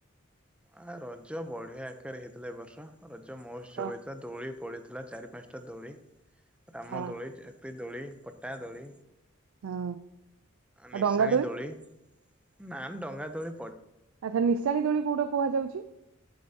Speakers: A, in the centre; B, on the right.
A: ଆ ରଜ ବଢିଆ ଆକାରରେ ହେଇଥିଲା ଏ ବର୍ଷ ରଜ ମହୋତ୍ସବ
B: ହଁ
A: ହେଇଥିଲା ଦୋଳି ପଡି ଥିଲା ଚାରି ପାଞ୍ଚଟା ଦୋଳି ରାମ
B: ହୁଁ
A: ଦୋଳି, ଚକ୍ରି ଦୋଳି କଟା ଦୋଳି
B: ହଁ ଆଉ
A: ନିସାଣିୀ
B: ଡଙ୍ଗା
A: ଦୋଳି ନା ଡଙ୍ଗା ଦରି
B: ଆଚ୍ଛା ନିଶାଣିୀ ଦୋଳି କୋଉଟା କୁହାଯାଉଛି,